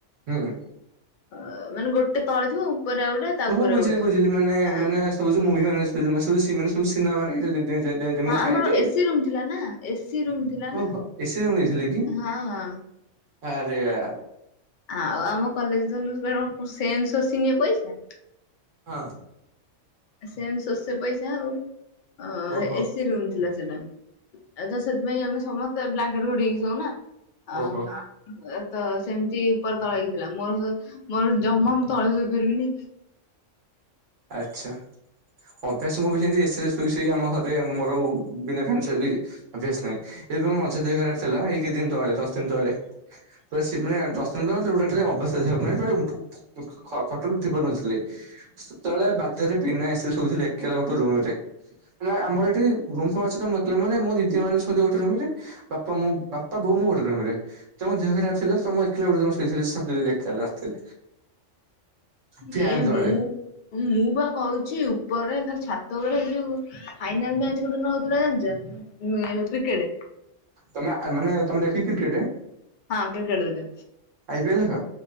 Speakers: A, on the right (about 70°); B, on the left (about 65°).
A: ହୁଁ।
B: ଅ ମାନେ ଗୋଟେ ତଳେ ଥିବ ଆଉ। ଉପରେ ଗୋଟେ ତା
A: ଓହୋ
B: ଉପରେ
A: ବୁଝିଲି
B: ଗୋଟେ
A: ବୁଝିଲି ମାନୋନେ
B: ହଁ
A: ସବୁୁ ମୁଭି। <unintelligible> ମାନେ ଯେମିତି
B: ହଁ
A: ଥାଏଟି
B: ଆମର ଏସି ରୁ ଥିଲା ନା ଏସି ର ଥିଲା
A: ଓ
B: ନା
A: ହୋ ଏସି ରୁମ୍ ଯାଇଥିଲେ କି
B: ହଁ ହଁ
A: ଆରେ ବା
B: ଆଉ ଆମ କଲେ। ସେନ୍ ଶସିିନି ପଇସା।
A: ହଁ।
B: ସେମ ଶସେ ପଇସା ଆଉ।
A: ଓହୋ
B: ଏସିି ରୁମ୍ ଥିଲା ସେଇଟା। ଏ ତ ସେଥିପାଇଁ ଆମେ ସମସ୍ତେ। ବ୍ଲାଙ୍କେଟ ଘଡକି ସଉନା
A: ଓହୋ
B: ଆ ଏ ତ ସେମିତି ଉପର। ତଳେ ହେଇଥିଲା ମୋର ମୋର ଜମା ମୁଁ ତଳେପାରିବିନି।
A: ଆଚ୍ଛା ଅଭ୍ୟାସ ମୁଁ ବି ସେମତି ଏସରେ ଶୋଇ ଶୋଇ ଆମ ଘରେ ମୋର ବିନା ଫ୍ୟା ଅଭ୍ୟାସ ନାହିଁ ଏବେ ମଝା ଦେହ ଖରାପ ଥିଲା ଏ ଦିନ ତଳେ ଦଶ ଦିନ ତଳେ। ପୁର ମାନେ ଦଶ ଦିନ ଦିନା ଅବସର ହେବ। ମାନେ ପୁରା ଖ ଖ ଖଟରୁ ଉଠି ପାରୁନଥିଲେ। ସେତେବେଳେ ବାଧରେ ପ ଆସିଲୁି ଏକଲା ଗୋଟେ ରୁମ ରେ ଆମର ଏଠି ରୁମ ସମ ଅଛି ତ ଏକଲା ମାନେ ମୋ ଦିଦି ମାନେଛନ୍ତି ଗୋଟେ ରୁମ ରେ। ବାପା ମୁଁ ବାପା ବୋଉ ମୁଁ ତମ ଦେହ ଖରାପ ଥିଲା ତମ ଏକିଲ ଗୋ ଶୋଇଥିଲ ଦେଖି ରାତିରେ। ଫ୍ୟାନ୍
B: ଏ
A: ତଳେ।
B: ମୁଁ। ମୁଁ ବା କହୁଛି ଉପରରେ ଖାଲି ଛାତ ଗୋଡ ହେଇଯିବ। ଫାଇନାଲ୍ ମ୍ୟାଚ କୋଉ ଦିନ ହୋଉଥିଲା ଜାଣିଛ? ହଁଉଁ କ୍ରିକେଡେ।
A: ତମେ ମାନେ ତମେ ଦେଖିକି କ୍ରିକେଟ।
B: ହଁ କ୍ରିକେଟ୍ ଦକ
A: ପି ଏଲ୍ ଦେଖ